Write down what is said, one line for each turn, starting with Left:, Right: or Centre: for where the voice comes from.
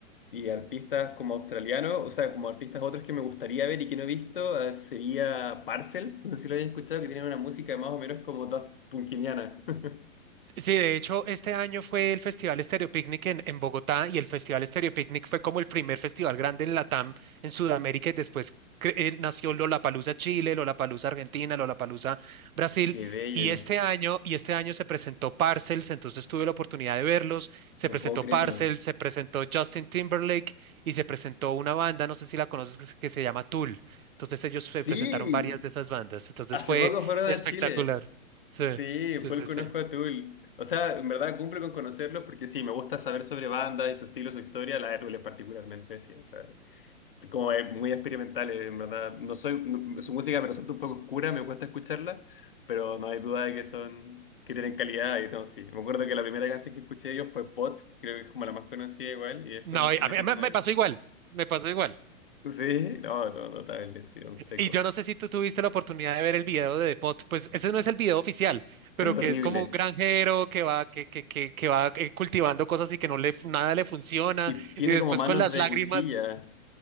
Left: Y artistas como australianos, o sea, como artistas otros que me gustaría ver y que no he visto, eh, sería Parcels, no sé si lo habéis escuchado, que tiene una música más o menos como Daft Punkiniana. <laughs>
Right: Sí, de hecho, este año fue el Festival Estéreo Picnic en, en Bogotá y el Festival Estéreo Picnic fue como el primer festival grande en Latam, en Sudamérica y después cre- eh, nació Lollapalooza Chile, Lollapalooza Argentina, Lollapalooza Brasil
Left: Qué bello,
Right: y este año y este año se presentó Parcels, entonces tuve la oportunidad de verlos, se
Left: no
Right: presentó
Left: puedo creerlo.
Right: Parcels, se presentó Justin Timberlake y se presentó una banda, no sé si la conoces, que se que se llama Tool. Entonces ellos
Left: Sí,
Right: se presentaron varias de esas bandas, entonces
Left: hace
Right: fue
Left: poco fueron
Right: espectacular.
Left: a Chile.
Right: Sí,
Left: Sí,
Right: sí,
Left: fue
Right: sí,
Left: el Conozco
Right: sí.
Left: a Tool. O sea, en verdad cumple con conocerlos porque sí, me gusta saber sobre bandas y su estilo, su historia, la de Tool es particularmente, sí. O sea, es como es muy experimental, eh, en verdad. No soy, no- su música me resulta un poco oscura, me cuesta escucharla, pero no hay duda de que son, que tienen calidad y no, sí. Me acuerdo que la primera canción que escuché de ellos fue Pot, creo que es como la más conocida igual, y después
Right: No,
Left: me fui
Right: a
Left: metiendo
Right: mí me,
Left: en
Right: me
Left: algo.
Right: pasó igual, me pasó igual.
Left: Sí, no, no, notable, sí, un seco.
Right: Y yo no sé si tú tuviste la oportunidad de ver el video de Depot, pues ese no es el video oficial, pero
Left: Es horrible.
Right: que es como un granjero que va, que, que, que, que va eh, cultivando cosas y que no le, nada le funciona,
Left: Y tiene
Right: y después
Left: como manos
Right: con las
Left: de
Right: lágrimas
Left: cuchilla.